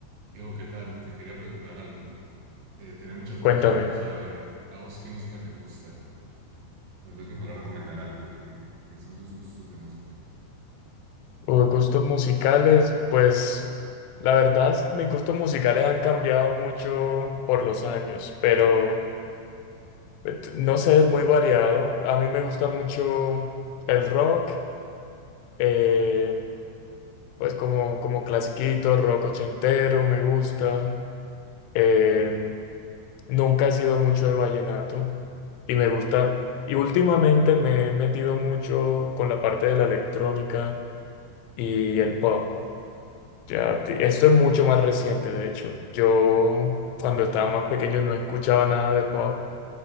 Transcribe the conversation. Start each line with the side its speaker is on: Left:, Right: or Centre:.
Right: Diego, ¿qué tal? Te quería preguntar algo. Eh, tenía mucha curiosidad
Left: Cuéntame,
Right: por saber a vos qué música te gusta. Tal vez me podrás recomendar algo que, que son sus gustos de música.
Left: o gustos musicales, pues la verdad, mis gustos musicales han cambiado mucho por los años, pero eh, t- no sé, es muy variado. A mí me gusta mucho el rock, eh, pues como, como clasiquito, rock ochentero, me gusta. Eh, nunca he sido mucho de vallenato y me gusta, y últimamente me he metido mucho con la parte de la electrónica y el pop. Ya, ti- esto es mucho más reciente, de hecho. Yo cuando estaba más pequeño no escuchaba nada de pop